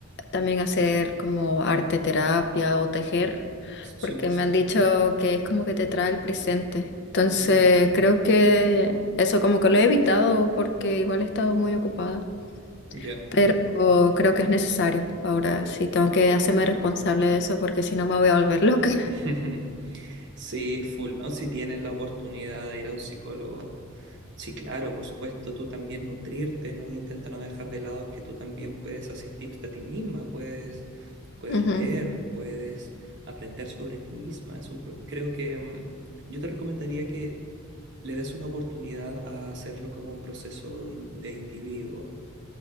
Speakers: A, on the left; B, on the right.
A: también hacer como arte terapia o tejer,
B: 100%.
A: porque me han dicho que es como que te trae el presente. Entonces,
B: Ujú,
A: creo que eso como que lo he evitado porque igual he estado muy ocupada,
B: Ya.
A: pero creo que es necesario. Ahora sí tengo que hacerme responsable de eso porque si no me voy a volver loca.
B: <laughs> Sí, full. No, si tienes la oportunidad de ir a un psicólogo, sí, claro, por supuesto, tú también nutrirte, no intenta no dejar de lado en que tú también puedes asistirte a ti misma, puedes, puedes
A: <laughs> Ujú,
B: leer, puedes aprender sobre ti misma. Es un, pro- creo que mm, yo te recomendaría que le des una oportunidad a hacerlo como un proceso in- de individuo,